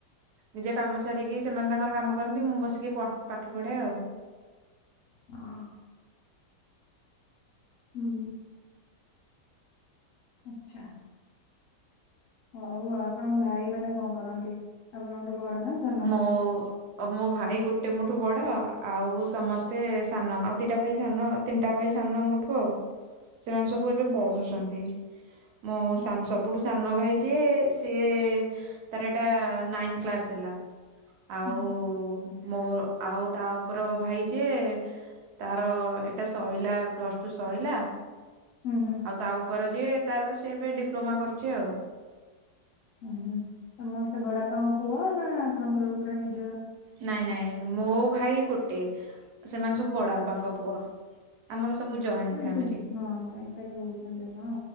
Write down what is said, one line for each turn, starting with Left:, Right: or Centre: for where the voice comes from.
Right: ନିଜେ କାମ ସାରିକି ସେମାନେ ତାଙ୍କର କାମ କରନ୍ତି ମୁଁ ବସିକି ପ ପାଠ ପଢ଼େ ଆଉ।
Left: ହଁ। ହୁଁ। ଆଚ୍ଛା। ହଉ ଆଉ ଆପଣଙ୍କ ଭାଇ ମାନେ କଣ କରନ୍ତି? ଆପଣଙ୍କଠୁ ବଡ ନା ସାନ?
Right: ମୋ ଓ ମୋ ଭାଇ ଗୋଟେ ମୋଠୁ ବଡ଼ ଆଉ ସମସ୍ତେ ସାନ ଆଉ ଦିଟା ଭାଇ ସାନ ତିନିଟା ଭାଇ ସାନ ମୋଠୁ ଆଉ। ସେମାନେ ସବୁ ଏବେ
Left: ହୁଁ।
Right: ପଢୁଚନ୍ତି ମୋ
Left: ହୁଁ
Right: ସାନ ସବୁଠୁ ସାନ ଭାଇ ଯିଏ ସିଏ ତାର ଏଟା ନାଇନ୍ କ୍ଲାସ ହେଲା। ଆଉ
Left: ହୁଁ
Right: ମୋ ଆଉ ତାଉପର ଭାଇ ଯେ ତାର ଏଇଟା ଶୋଇଲା ପ୍ଲସ୍ ଟୁ ଶଇଲା
Left: ହୁଁ
Right: ଆଉ ତାଉପରେ ଯିଏ ତାର ସେଏବେ ଡିପ୍ଲୋମା କରୁଚି ଆଉ।
Left: ହୁଁ ହୁଁ ସମସ୍ତେ ବଡ଼ବାପା ପୁଅନା ଆପଣଙ୍କର ପୁରା ନିଜ
Right: ନାଇଁ ନାଇଁ ମୋ ଭାଇ ଗୋଟେ ସେମାନେ ସବୁ ବିଡ଼ାବାପାଙ୍କ ପୁଅ। ଆମର ସବୁ ଜଏଣ୍ଟ
Left: ହଁ
Right: ଫ୍ୟାମିଲି।
Left: ହଁ ଏକାଠି ରହୁଚନ୍ତି ଆପଣ।